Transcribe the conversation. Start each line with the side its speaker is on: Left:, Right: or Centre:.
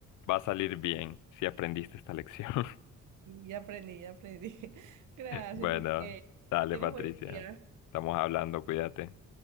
Left: va a salir bien si aprendiste esta lección. <laughs>
Right: Y Ya aprendí, ya aprendí. <laughs> Gracias,
Left: Bueno,
Right: Miguel.
Left: dale,
Right: Que tengas
Left: Patricia,
Right: buen día.
Left: estamos hablando, cuídate.